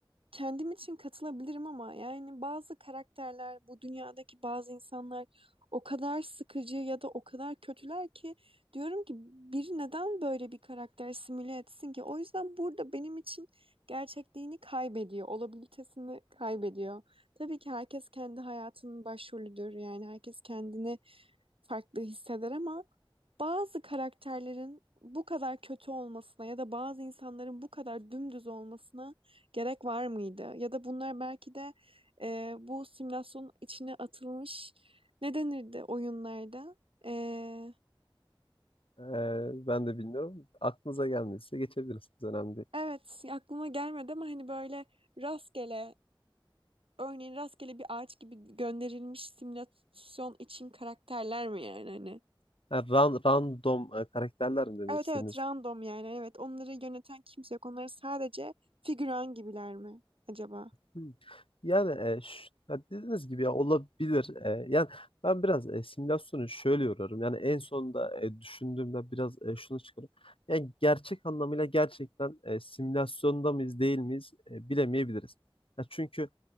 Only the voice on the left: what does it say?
E, ben de bilmiyorum. Aklınıza gelmediyse geçebiliriz. Önemli değil.
Ha, ran- random e, karakterler mi demek
istediniz?
Hmm. Yani e, ş- ya dediğiniz gibi ya olabilir. E, yani ben biraz e, simülasyonu şöyle yoruyorum. Yani en sonunda e, düşündüğümde biraz e, şunu çıkarım. Yani gerçek anlamıyla gerçekten e, simülasyonda mıyız değil miyiz e, bilemeyebiliriz. Ya çünkü